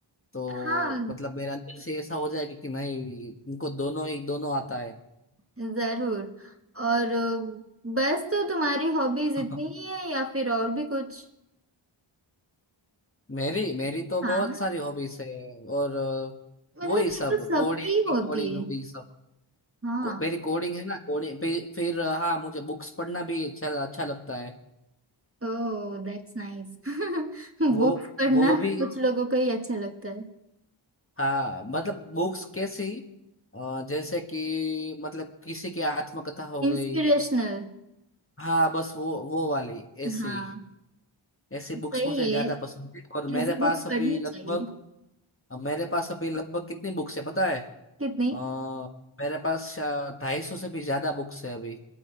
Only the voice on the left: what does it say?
तो
मतलब मेरे अंदर से ऐसा हो जाएगा कि नहीं इनको दोनों ही दोनों आता है
<laughs>
मेरी मेरी तो
बहुत सारी हॉबीज है और अ,
वही सब
कोडिंग
कोडिंग
वही सब
को, मेरी कोडिंग है ना कोडिंग फिर, फिर अ, हाँ मुझे बुक्स पढ़ना भी अच्छा अच्छा लगता है
वो
वो भी
हाँ मतलब बुक्स कैसी अ, जैसे कि मतलब किसी की आत्मकथा हो गई
हाँ बस वो वो वाली ऐसी
ऐसी बुक्स
मुझे ज्यादा
पसंद है
और मेरे
पास अभी
लगभग
मेरे पास अभी लगभग कितनी बुक्स है पता है
आ, मेरे पास ढाई सौ से भी ज्यादा बुक्स है अभी